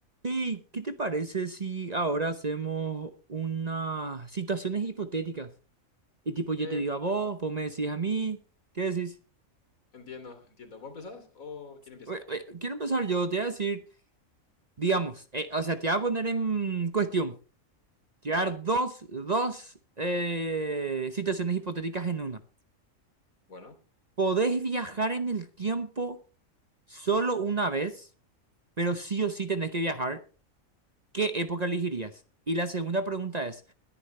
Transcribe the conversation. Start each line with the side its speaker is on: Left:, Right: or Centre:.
Right: Hey, ¿qué te parece si ahora hacemos unas situaciones hipotéticas? Y tipo, yo
Left: Eh,
Right: te digo a vos,
Left: me pa-
Right: vos me decís a mí, ¿qué decís?
Left: entiendo, entiendo. ¿Vos empezás o quién empieza?
Right: Oye, oye, quiero empezar yo, te voy a decir, digamos, eh, o sea, te voy a poner en cuestión, te
Left: Dale.
Right: voy a dar dos, dos eh, situaciones hipotéticas en una.
Left: Bueno,
Right: Podés viajar en el tiempo solo una vez, pero sí o sí tenés que viajar. ¿Qué época elegirías? Y la segunda pregunta es...